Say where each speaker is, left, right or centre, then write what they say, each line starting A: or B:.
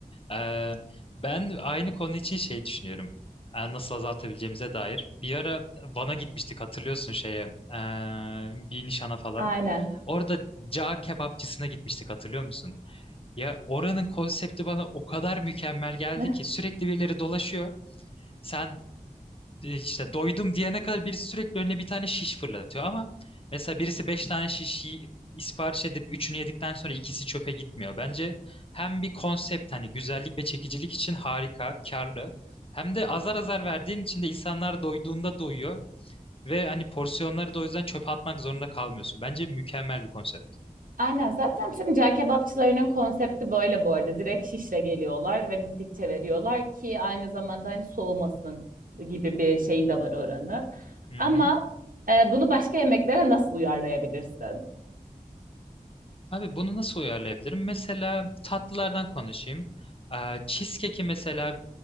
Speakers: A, on the left; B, on the right.
A: Ee, ben aynı konu için şey düşünüyorum. Ee, Nasıl azaltabileceğimize dair. Bir ara Van'a gitmiştik hatırlıyorsun şeye. ee, bir nişana falan.
B: Aynen.
A: Orada cağ kebapçısına gitmiştik hatırlıyor musun? Ya oranın konsepti bana o kadar mükemmel geldi
B: <laughs>
A: ki sürekli birileri dolaşıyor. Sen e, işte doydum diyene kadar birisi sürekli önüne bir tane şiş fırlatıyor ama mesela birisi beş tane şişi sipariş edip üçünü yedikten sonra ikisi çöpe gitmiyor. Bence hem bir konsept hani güzellik ve çekicilik için harika, karlı hem de azar azar verdiğin için de insanlar doyduğunda doyuyor ve hani porsiyonları da o yüzden çöpe atmak zorunda kalmıyorsun. Bence mükemmel bir konsept.
B: Aynen zaten tüm cağ kebapçılarının konsepti böyle bu arada. Direkt şişle geliyorlar ve bittikçe veriyorlar ki aynı zamanda hani soğumasın gibi bir şey de var oranın.
A: Hı
B: Ama
A: hı.
B: e, bunu başka yemeklere nasıl uyarlayabilirsin?
A: Abi bunu nasıl uyarlayabilirim? Mesela tatlılardan konuşayım. Ee, cheesecake'i mesela